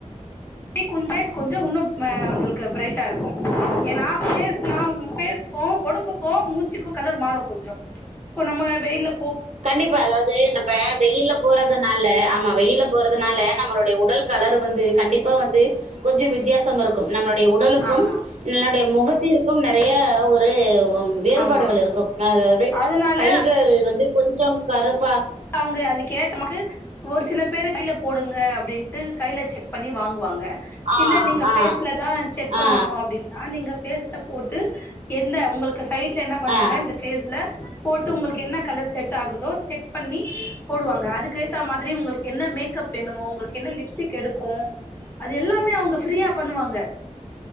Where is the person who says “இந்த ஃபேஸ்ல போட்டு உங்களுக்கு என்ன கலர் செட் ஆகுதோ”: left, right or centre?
Left